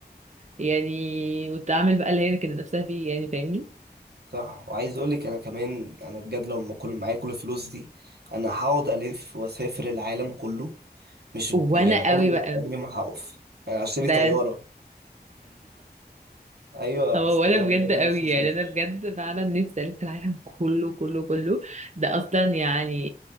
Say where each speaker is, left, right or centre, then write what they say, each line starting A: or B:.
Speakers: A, on the right (about 40°); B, on the right (about 70°).
A: يعني والتعامل بقى اللي هي كانت نفسها فيه يعني فاهمني
B: صح وعايز اقول لك انا كمان انا بجد لو ما كل معايا كل الفلوس دي انا هقعد الف واسافر العالم كله مش
A: وانا
B: ب- يعني
A: قوي
B: عمري
A: بقى
B: عمري ما هقف انا هشتري
A: ده
B: طياره
A: <laughs>
B: ايوه
A: هو
B: اصل
A: وانا
B: انا
A: بجد
B: بجد
A: قوي
B: نفسي اسافر
A: يعني انا بجد فعلا نفسي الف العالم كله كله كله ده اصلا يعني